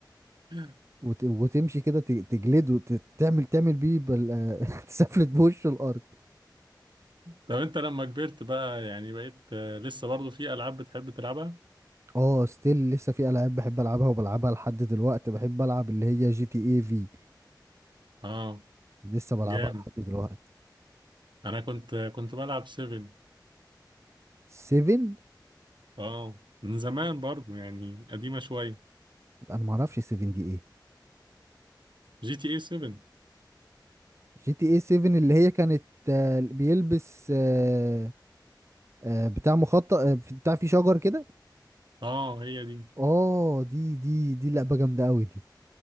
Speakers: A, on the right; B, on the right.
A: <laughs>
B: وت... وتمشي كده ت- تجلده ت- تعمل تعمل بيه بل... <laughs> تسفلت بوش الارض
A: طب انت لما كبرت بقى يعني بقيت آه، لسه برضو في العاب بتحب تلعبها
B: اه ستيل لسه في العاب بحب العبها وبلعبها لحد دلوقتي بحب العب اللي هي جي تي اي في
A: اه
B: لسه بلعبها
A: جامد
B: لحد دلوقتي
A: انا كنت كنت بلعب 7
B: 7
A: اه من زمان برضو يعني قديمة شوية
B: انا ما اعرفش 7 دي ايه
A: جي تي اي 7
B: جي تي اي 7 اللي هي كانت آه، بيلبس آه، آه، بتاع مخطط آه، بتاع فيه شجر كده
A: اه هي دي
B: اه دي دي دي لعبة جامدة قوي دي